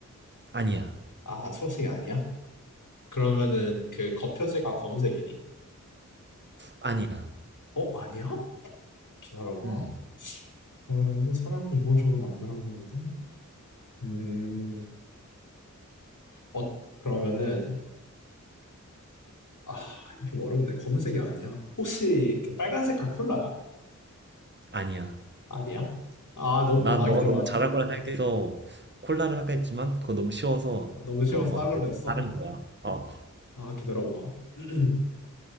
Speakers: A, on the right; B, on the left.
A: 아니야.
B: 아 초록색이 아니야? 그러면은 그 겉표지가 검은색이니?
A: 아니야.
B: 어 아니야? 기다려봐.
A: 음,
B: 그러면은 사람이 인공적으로 만들었는데. 음 어, 그러면은 아, 이거 좀 어렵네. 검은색이 아니야. 혹시 그 빨간색깔 콜라야?
A: 아니야.
B: 아니야? 아, 너무,
A: 난
B: 아,
A: 너가
B: 기다려봐.
A: 너무 잘할 거라 생각해서 콜라를 할까 했지만, 그거 너무 쉬워서
B: 너무 쉬워서
A: 넘어갔고,
B: 다른 걸로 했어.
A: 다른 거야. 어.
B: 아, 기다려봐. <clears throat>